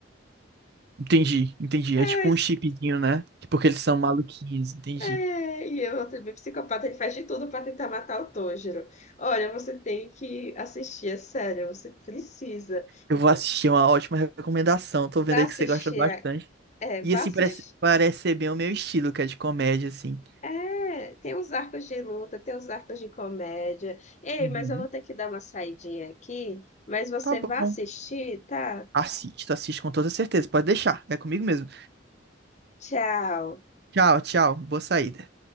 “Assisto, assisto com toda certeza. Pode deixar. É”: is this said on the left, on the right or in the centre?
Right